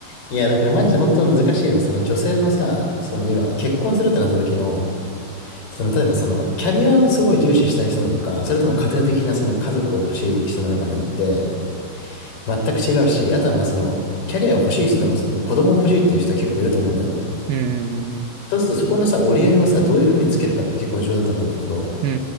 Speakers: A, on the left (about 60°); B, on the right (about 65°).
A: いや、だからマジで本当難しいよね。その女性のさ、その要は結婚するってなった時の、その例えばそのキャリアをすごい重視したい人なのか、それとも家庭的なその家族を欲しい人なのかによって全く違うし、あとはまあそのキャリアを欲しい人でもその子供を欲しいっていう人は結構いると思うんだよね。
B: うん、
A: そうするとそこのさ、折り合いをさ、どういうふうにつけるかって結構重要だと思うんだけど、
B: うん、う